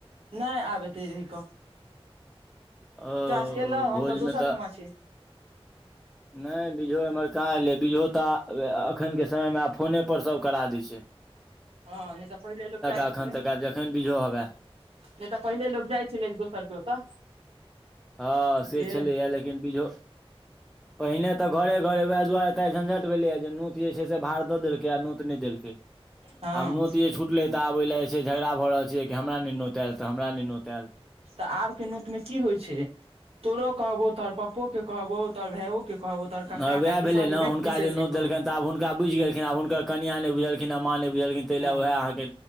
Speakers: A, on the right; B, in the centre.
A: नहि आब एते रहि कऽ
B: ओ
A: टास्क एलउ हम
B: भोज
A: तऽ दोसर
B: मे
A: ठमा छी
B: नहि बीजों एम्हर कहाँ एलै बीजो तऽ एखनके समयमे आब फोनेप सभ करा दै छय
A: हँ नइ तऽ पहिले लोक जाइ
B: एखन
A: छै ल
B: तक आब जखन बीजो हवए
A: नय तऽ पहिले लोक जाइ छलै एक दोसर के ओतऽ
B: हँ से
A: गेल
B: छलैया लेकिन बीझो पहिने तऽ घरे घरे उएह दुआरे तऽ झंझट भेलैया जे नोत जे छै से भार देलकै आ नोत नहि देलकै
A: हँ
B: आब नोत जे छूटलै तऽ आब ओहि ल जे छय झगड़ा भऽ रहल छैै कि हमरा नहि नोत आयल तऽ हमरा नहि नोत आयल
A: तऽ आब के नौत मे की होइ छय तोरो कहबो तऽ पाप्पा के कहबो त भायइो के कहबो तोहर कक्का
B: हँ उएह
A: काकी
B: भेलै
A: सबके
B: ने
A: व्यक्ति
B: हुनका
A: विशेष
B: जे नो
A: के कहू
B: देलनि तऽ आब हुनका बुझि गेलखिन आब हुनकर कनियाँ नहि बुझलखिन आ माँ नय बुझलखिन ताहि
A: हँ
B: लए वएह अहाँके